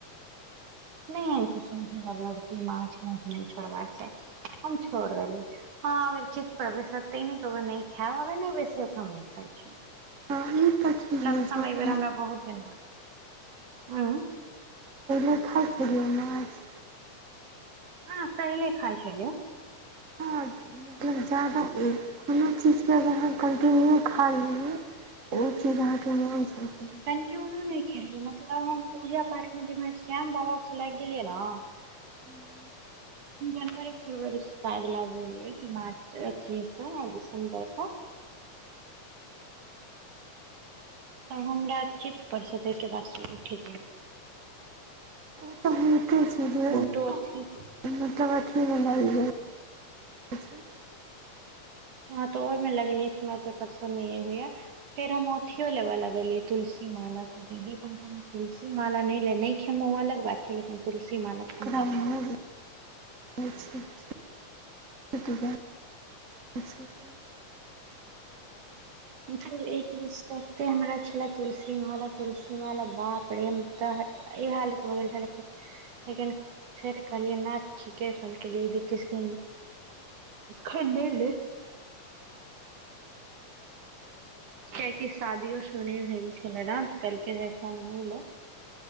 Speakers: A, on the right; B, on the right.
A: नहि ऐहन किछ नय छय, <unintelligible> माछ माॅस नहि छोड़बाक चाही, हम छोड़ देल ये। हँ अगर चित पर बैसत त इ नहि कह बय नै खैब, अगर नहि बैसत, हम नहि खाइ छी।
B: ह ई तऽ छैहे
A: लम सम
B: जौन
A: अयबेर,
B: अहाँ
A: हमरा बहुत दिन भ गेल।
B: खाय छलिय ये माछ।
A: हँ, पहिले खाइ छलियै।
B: हँ जी जादा कोनो चीजके अगर अहां कन्टिन्यू खा लिय ओ फेर अहां के मन स उतरि जयेत।
A: क्योंनोने खेलिये मतलब हम पूजा पाठ में जे मे श्याम बाबा स लागि गेलियै न
B: <unintelligible>
A: <inaudible> जनवरी फरवरी से शायेद लागि गेलये, कि मार्च अथीे स आ दिसम्बर से त हमरा चित पर स तहिके बाद स उठि गेल।
B: ओ तऽ होइते छै जे
A: हम रो अथी।
B: मतलब अथी <unintelligible> और सब
A: हँ तऽ ओहि में लगेलयै त, हमरा ओकर परसल नय होइया‌। फेर हम ओथियो लेबे लगलियै तुलसी माला। दीदी कहलकौ ह तुलसी माला नहि ले, नहि खेमऽ ओ अलग बात छै, लेकिन तुलसी माला अखन
B: <unintelligible>
A: नहि ले
B: अच्छा-अच्छा <unintelligible> अच्छा।
A: <unintelligible> एक दिश तत्ते हमरा छलै तुलसी माला-तुलसी माला बाप रे हम ता ई हालत भ गेल छलै कि लेकिन फेर कहलियै ना, ठीके कहलकय दीदी किछ दिन अखन नहि ले। कियाकि शादियो सब नहि भेल छलै न, तऽ कहलकै जे अखन नहि ले।